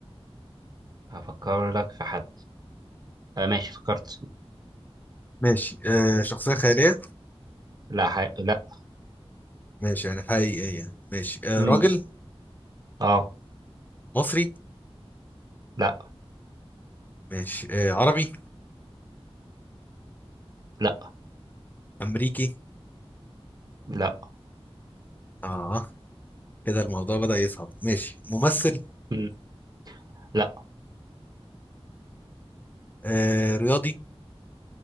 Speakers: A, on the right; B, on the left.
A: هفكر لك في حد آه ماشي فكرت
B: ماشي آه شخصيه خياليه
A: لا ح... لا
B: ماشي يعني حقيقيه ماشي آه
A: امم
B: راجل
A: اه
B: مصري
A: لا
B: ماشي آه عربي
A: لا
B: امريكي
A: لا
B: اه كده الموضوع بدأ يصعب ماشي ممثل
A: مم. لا
B: آه رياضي